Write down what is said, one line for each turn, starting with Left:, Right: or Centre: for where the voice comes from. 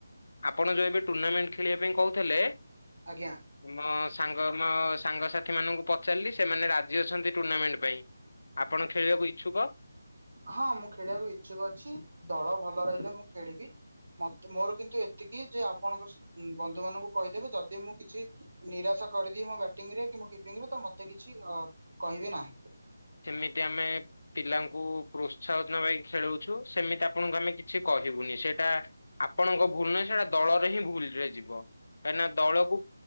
Left: ଆପଣ ଯେଉଁ ଏବେ ଟୁର୍ଣ୍ଣାମେଣ୍ଟ ଖେଳିବା ପାଇଁ କହୁଥିଲେ
Right: ଆଜ୍ଞା
Left: ମ ସାଙ୍ଗ ମ ସାଙ୍ଗସାଥିମାନଙ୍କୁ ପଚାରିଲି ସେମାନେ ରାଜି ଅଛନ୍ତି ଟୁର୍ଣ୍ଣାମେଣ୍ଟ ପାଇଁ। ଆପଣ ଖେଳିବାକୁ ଇଚ୍ଛୁକ?
Right: ହଁ ମୁଁ ଖେଳିବାକୁ ଇଚ୍ଛୁକ ଅଛି ଦଳ ଭଲ ରହିଲେ ମୁଁ ଖେଳିବି। ମୋର କିନ୍ତୁ ଏତିକି ଯେ ଆପଣଙ୍କ ବନ୍ଧୁ ମାନଙ୍କୁ କହିଦେବେ ଯଦି ମୁଁ କିଛି ନିରାଶ କରିଦିଏ ମୋ ବ୍ୟାଟିଂ ରେ କି ମୁଁ କିପିଂ ରେ ତ ମୋତେ କିଛି ଅ କହିବେ ନାହିଁ।
Left: ସେମିତି ଆମେ ପିଲାଙ୍କୁ ପ୍ରୋତ୍ସାହନ ନବାକି ଖେଳଉଛୁ ସେମିତି ଆପଣଙ୍କୁ ଆମେ କିଛି କ କହିବୁନି ସେଇଟା ଆପଣଙ୍କ ଭୁଲ ନହଁ ସେଇଟା ଦଳରେ ହିଁ ଭୁଲ ରେ ଯିବ। କାହିଁକି ଦଳକୁ